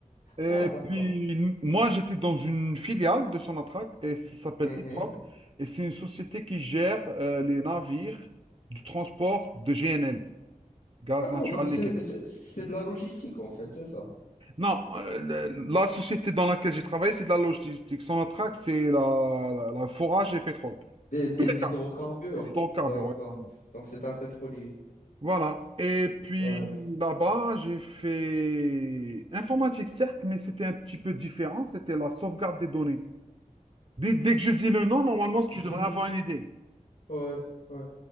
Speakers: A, on the right; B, on the left.
A: Et
B: Ah, d'accord.
A: puis, n- moi, j'étais dans une filiale de Sonatrach et ça s'appelle
B: Mhm.
A: IPROC. Et c'est une société qui gère euh, les navires du transport de GNL, gaz
B: D'accord,
A: naturel
B: donc c'est,
A: liquéfié.
B: c'est, c'est de la logistique, en fait, c'est ça.
A: Non, euh, le- la société dans laquelle j'ai travaillé, c'est de la logistique. Sonatrach, c'est la, la, la forage et pétrole.
B: Des, des
A: Tous les cas,
B: hydrocarbures.
A: les hydrocarbures,
B: D'accord.
A: ouais, pardon.
B: Donc c'est un pétrolier.
A: Voilà. Et puis
B: Ouais.
A: là-bas, j'ai fait informatique, certes, mais c'était un petit peu différent. C'était la sauvegarde des données. Dès, dès que je dis le nom, normalement, tu
B: Je
A: devrais
B: peux.
A: avoir une idée.
B: Ouais. ouais.